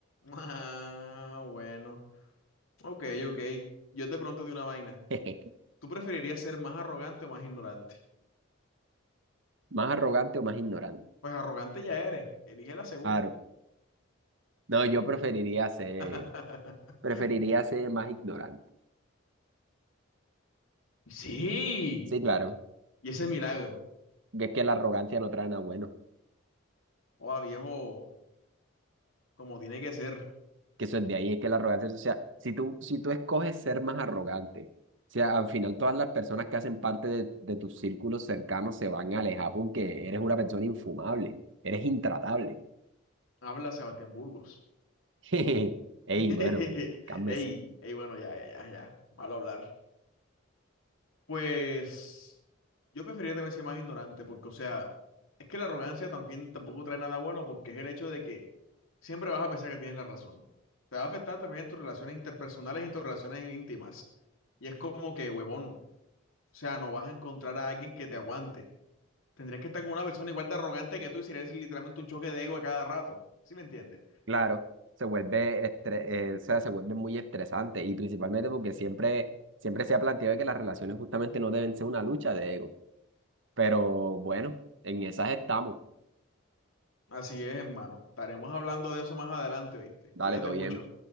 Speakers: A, on the left; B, on the right.
A: Ah, bueno. Ok, ok. Yo te pregunto de una vaina.
B: <laughs>
A: ¿Tú preferirías ser más arrogante o más ignorante?
B: ¿Más arrogante o más ignorante?
A: Pues arrogante ya eres. Elige la segunda.
B: Claro. No, yo preferiría ser,
A: <laughs>
B: preferiría ser más ignorante.
A: Sí.
B: Sí, claro.
A: Y ese milagro.
B: que Es que la arrogancia no trae nada bueno.
A: Oh, viejo, como tiene que ser.
B: Que eso es de ahí, es que la arrogancia, o sea, si tú, si tú escoges ser más arrogante, o sea, al final todas las personas que hacen parte de, de tus círculos cercanos se van a alejar porque eres una persona infumable, eres intratable.
A: Habla Sebastián Burgos.
B: <laughs> Ey,
A: <laughs>
B: bueno, cálmese.
A: Ey, ey, bueno, ya, ya, ya, ya. Malo hablar. Pues yo preferiría también ser más ignorante, porque, o sea, es que la arrogancia también tampoco trae nada bueno, porque es el hecho de que siempre vas a pensar que tienes la razón. Te va a afectar también en tus relaciones interpersonales y en tus relaciones íntimas. Y es como que, huevón, o sea, no vas a encontrar a alguien que te aguante. Tendrías que estar con una persona igual de arrogante que tú y sería literalmente un choque de ego a cada rato. ¿Sí me entiendes?
B: Claro, se vuelve estre- eh, o sea, se vuelve muy estresante y principalmente porque siempre, siempre se ha planteado que las relaciones justamente no deben ser una lucha de ego. Pero bueno, en esas estamos.
A: Así es, hermano. Estaremos hablando de eso más adelante, ¿oíste?
B: Dale,
A: Cuídate
B: todo bien.
A: mucho.